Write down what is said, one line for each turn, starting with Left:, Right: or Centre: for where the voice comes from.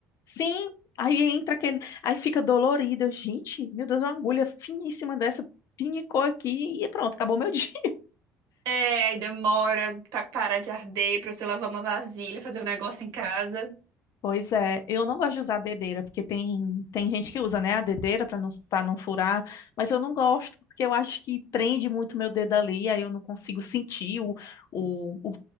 Left: sim, aí entra aquele, aí fica dolorido. Eu, Gente, meu Deus, uma agulha finíssima dessa pinicou aqui e pronto, acabou meu <laughs> dia.
Right: É, aí demora pra parar de arder, pra você lavar uma vasilha, fazer um negócio em casa.
Left: Pois é, eu não gosto de usar dedeira, porque tem, tem gente que usa, né, a dedeira para não, para não furar, mas eu não gosto porque eu acho que prende muito meu dedo ali, aí eu não consigo sentir o, o, o,